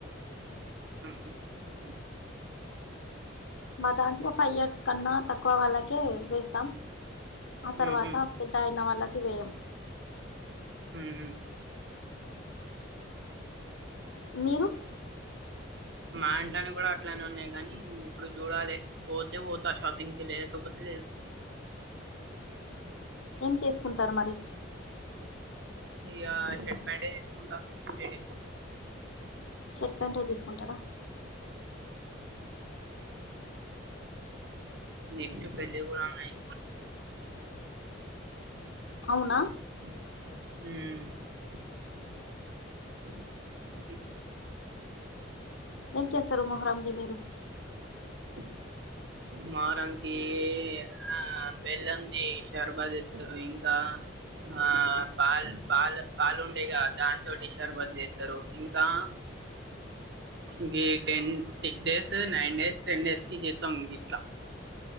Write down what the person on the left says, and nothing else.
మా దాంట్లో ఫైవ్ ఇయర్స్ కన్నా తక్కువ వాళ్ళకే వేస్తాం ఆ తర్వాత
పెద్ద అయిన వాళ్ళకి వేయం
మీరు అ
ఏం తీసుకుంటారు మరి
షర్ట్ ప్యాంటే తీసుకుంటారా
అవ్నా
ఏం చేస్తారు మొహ్రం గి మీరు